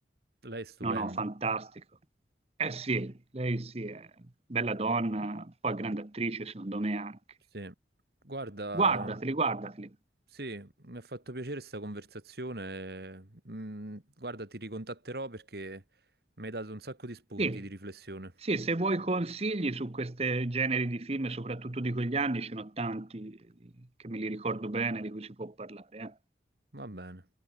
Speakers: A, on the right (about 60°); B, on the right (about 35°).
A: lei è stupenda.
B: No, no, fantastico. Eh sì, lei sì, è bella donna, poi grande attrice secondo me anche.
A: Sì, guarda,
B: Guardateli, guardateli.
A: sì, mi ha fatto piacere questa conversazione. Mm, guarda, ti ricontatterò perché mi hai dato un sacco di spunti
B: Sì,
A: di riflessione.
B: sì, se vuoi consigli su questi generi di film, soprattutto di quegli anni, ce ne ho tanti eh, che me li ricordo bene, di cui si può parlare. eh.
A: Va bene.